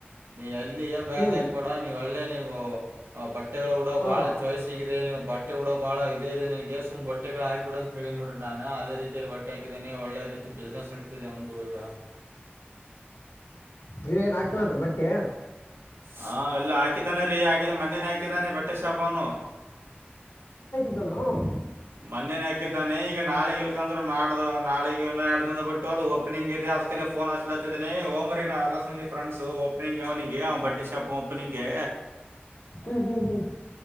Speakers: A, on the right (about 80°); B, on the left (about 80°).
A: ನೀ ಯಲ್ಲಿ ಇಲ್ಲಿ ಏನ್ ಬೇಗಬಡ
B: ಹ್ಮ್ ಹ್ಮ್
A: ನೀವು ಒಳ್ಳೇ ನೀವು ಬಟ್ಟೆಗಳು ಕೂಡ ಬಹಳ
B: ಹ್ಮ್
A: ಚಾಯ್ಸ್ ಸಿಗಿದೆ ಬಟ್ಟೆ. ಬಟ್ಟೆ ಕೊಡೋ ಬಹಳ ಇದೆ ಇದೆ ನನ್ಗೆ ಸುಮ್ ಬಟ್ಟೆಗಳು ಹಾಕಿಡಂತೇಳಿ ನೋಡ್ರ ನಾನ್ ಅದ ರೀತಿ ಬಟ್ಟೆ ಹಾಕಿದ್ದಾನನೆ ಒಳ್ಳೆ ರೀತಿ ಬಿಸ್ನೆಸ್ ನಡತಿದೆ ಒಂದು ಈಗ.
B: ಇದ ಏನ್ ಆಗ್ತಾನತ್ತ ಬಟ್ಟೆ.
A: ಹಾ ಇಲ್ಲ ಹಾಕಿದಾನ ರಿ ಹಾಕಿದನ ಹಾಕಿದಾನೆ ರೀ ಹಾಕಿದ ಮನೇನ ಹಾಕಿದಾನೆ ಬಟ್ಟೆ ಶಾಪನು.
B: ಾನ <inaudible>
A: ಮೊನ್ನೆನೆ ಹಾಕಿದ್ದಾನೆ ಈಗ ನಾಳಿ ಇಲ್ಕಂದ್ರ ನಾಡ್ದ ನಾಳ ನಾಡಿಂದ ಬಿಟ್ಟು ಅದು ಓಪನಿಂಗ್ ಇದೇ. ಅದಕ್ಕೆಲ್ಲ ಫೋನ್ ಹಚ್ಲಾತಿದ್ದನ ಓಂಬರಿ ನಾವೆಲ್ಲ ಸೇರಿ ಫ್ರೆಂಡ್ಸ್. ೊ ಓಪನಿಂಗ್ ಅವನಿಗೆ ಬಟ್ಟೆ ಶಾಪ್ ಓಪನಿಂಗೆ
B: ಹ್ಮ್ ಹ್ಮ್ ಹ್ಮ್.